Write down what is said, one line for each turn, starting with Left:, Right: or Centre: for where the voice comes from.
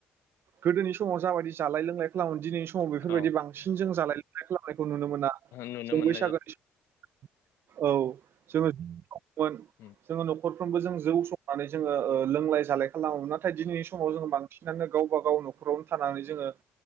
Right: गोदोनि समाव जाबायदि जालाय लोंलाय खालामो दिनै समाव बेफोरबायदि
Left: औ
Right: बांसिन जों जालाय लोंनाय खालामनायखौ नुनो मोना
Left: नुनो
Right: जों
Left: मोननाय
Right: बैसागोनि सम औ जोङो मोन
Left: उम
Right: जोङो न'खर साफ्रोमबो जों जौ संनानै जोङो लोंलाय जालाय खालामोमोन ना नाथाय दिनैनि समाव जोङो बांसिनानो गावबा गाव न'खरावनो थानानै जोङो